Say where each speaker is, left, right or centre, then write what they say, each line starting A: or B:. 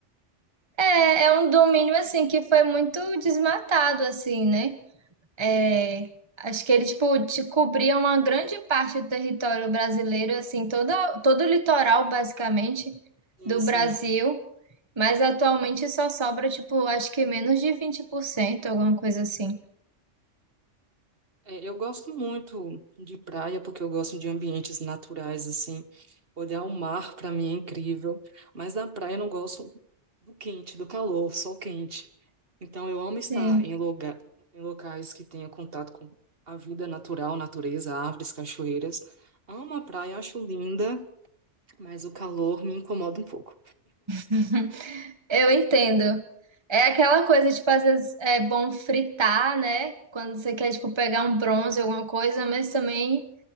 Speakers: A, on the right; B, on the right.
A: É, é um domínio
B: Eu...
A: assim que foi muito desmatado assim, né? É, acho que ele, tipo, te cobria uma grande parte do território brasileiro, assim, toda, todo o litoral, basicamente,
B: Sim,
A: do
B: sim.
A: Brasil, mas atualmente só sobra, tipo, acho que menos de 20%, alguma coisa assim.
B: É, eu gosto muito de praia porque eu gosto de ambientes naturais, assim. Olhar o mar para mim é incrível, mas na praia eu não gosto do quente, do calor, sol quente. Então eu amo estar
A: Sim.
B: em lugar, em locais que tenha contato com a vida natural, natureza, árvores, cachoeiras. Amo a praia, acho linda, mas o calor me incomoda um pouco.
A: <laughs> Eu entendo. É aquela coisa, tipo, às vezes é bom fritar, né? Quando você quer, tipo, pegar um bronze, alguma coisa, mas também